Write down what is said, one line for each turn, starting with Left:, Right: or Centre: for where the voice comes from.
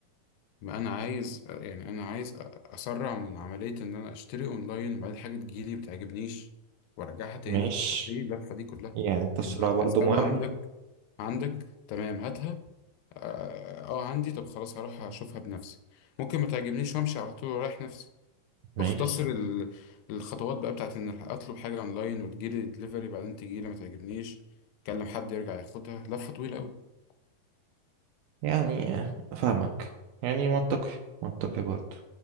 Left: ما انا عايز يعني انا عايز اسرع من عمليه ان انا اشتري اونلاين وبعدين حاجه تجيلي ما تعجبنيش وارجعها تاني
Right: ماشي
Left: طب ليه اللفه دي كلها
Right: يعني التسرع
Left: أنا
Right: برضو
Left: اساله
Right: مهم
Left: عندك عندك تمام هاتها اه آه، عندي طب خلاص هروح اشوفها بنفسي ممكن ما تعجبنيش وامشي على طول ورايح نفسي
Right: ماشي
Left: واختصر ال- الخطوات بقى بتاعت ان اطلب حاجه اونلاين وتجيلي دليفري بعدين تجيلي ما تعجبنيش اكلم حد يرجع ياخدها لفه طويله قوي
Right: يعني افهمك يعني منطقي منطقي برضو